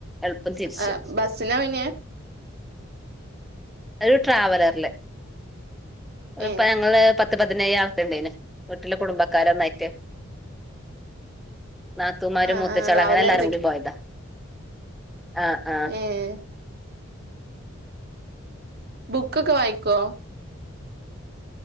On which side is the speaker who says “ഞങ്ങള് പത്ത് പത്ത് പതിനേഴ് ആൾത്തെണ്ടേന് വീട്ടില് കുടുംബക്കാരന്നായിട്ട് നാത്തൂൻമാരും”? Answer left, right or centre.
Centre